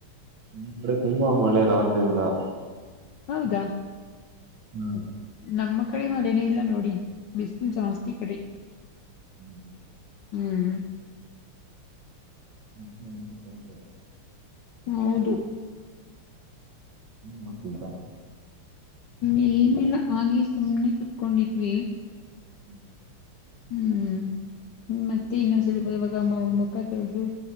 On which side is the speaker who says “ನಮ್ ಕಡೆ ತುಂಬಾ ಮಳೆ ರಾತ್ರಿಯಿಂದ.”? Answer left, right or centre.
Right